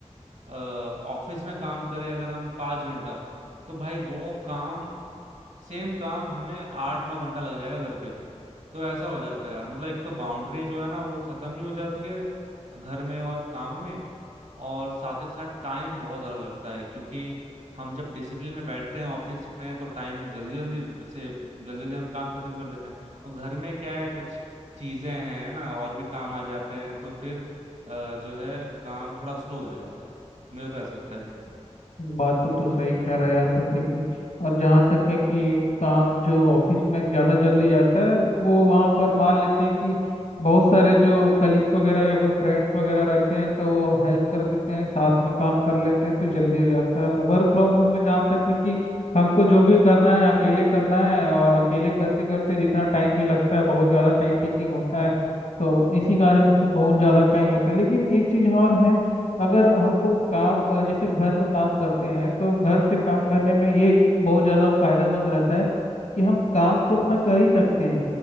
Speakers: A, on the right; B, on the left.
A: अ, ऑफिस में काम करें अगर हम पाँच घंटा तो भाई वो काम सेम काम हमें आठ नौ घंटा लग जाएगा घर पे तो ऐसा हो जाता है यार मतलब एक तो बाउंड्री जो है ना वो खत्म ही हो जाती है घर में और काम में और साथ ही साथ टाइम बहुत ज्यादा लगता है क्योंकि हम जब डिसिप्लिन में बैठते हैं ऑफिस में तो टाइम जल्दी जल्दी से जल्दी जल्दी हम काम खत्म कर लेते हैं और घर में क्या है कुछ चीजें हैं ना और भी काम आ जाते हैं तो फिर अ, जो है काम थोड़ा स्लो हो जाता है मुझे तो ऐसा लगता है भाई
B: बात तो तू सही कह रहा है यार पते की और जहाँ तक है कि काम जो ऑफिस में ज़्यादा जल्दी जाता है वो वहाँ पर मान लेते हैं कि बहुत सारे जो कलीग्स वगैरह या फिर फ्रेंड्स वगैरह रहते हैं तो वो हेल्प कर देते हैं साथ में काम कर लेते हैं तो जल्दी हो जाता है और वर्क फ्रॉम होम में जहाँ तक है कि हमको जो भी करना है अकेले करना है और अकेले करते करते जितना टाइम भी लगता है बहुत ज़्यादा टाइम टेकिंग होता है तो इसी कारण से बहुत ज़्यादा टाइम रहता है लेकिन एक चीज़ और है अगर हमको काम अ, जैसे घर में काम करते हैं तो घर से काम करने में ये बहुत ज़्यादा फायदेमंद रहता है कि हम काम तो अपना कर ही सकते हैं